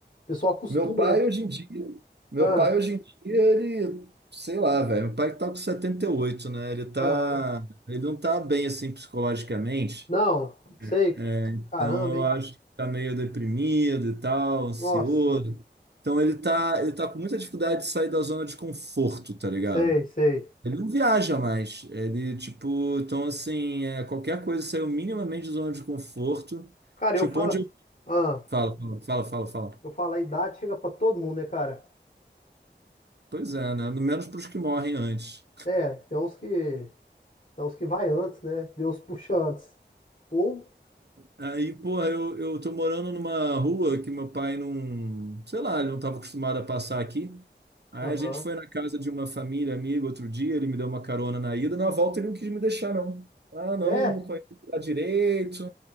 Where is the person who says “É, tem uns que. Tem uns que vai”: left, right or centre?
Left